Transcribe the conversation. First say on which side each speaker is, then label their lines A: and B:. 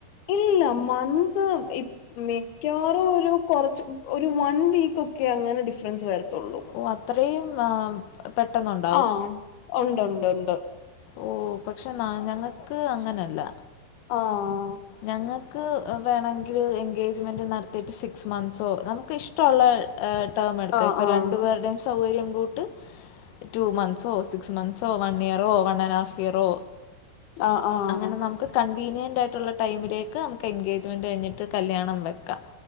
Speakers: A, on the left; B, on the left.
A: ഇല്ലില്ല. മന്ത്. ഈഹ് മിക്കവാറും ഒരു കൊറച്ച് ഒരു വൺ വീക്ക് ഒക്കെ അങ്ങനെ ഡിഫറൻസ് വരത്തുള്ളൂ.
B: ഓഹ് അത്രയും വാ ഉം പെട്ടെന്നൊണ്ട്
A: ആഹ്. ഒണ്ട് ഒണ്ട് ഒണ്ട്
B: ഓഹ് പക്ഷേ ന ഞങ്ങക്ക് അങ്ങനല്ല.
A: ആഹ്
B: ഞങ്ങക്ക് ഏഹ് വേണങ്കില് എൻഗേജ്മെൻറ് നടത്തിയിട്ട് സിക്സ് മന്ത്സോ നമുക്ക് ഇഷ്ടോള്ള ഏഹ് ടേം എടുക്ക്വാ.
A: ആഹ്
B: ഇപ്പ
A: ആഹ്
B: രണ്ടു പേരുടേം സൗകര്യം കൂട്ട് ടു മന്ത്സോ സിക്സ് മന്ത്സോ വൺ ഇയറോ വൺ ആൻഡ് ഹാഫ് ഇയറോ
A: ആഹ് ആഹ്
B: അങ്ങനെ നമുക്ക് കൺവീനിയൻറ് ആയിട്ടുള്ള ടൈമിലേക്ക് നമുക്ക് എൻഗേജ്മെൻറ് കഴിഞ്ഞിട്ട് കല്ല്യാണം വെയ്ക്കാം.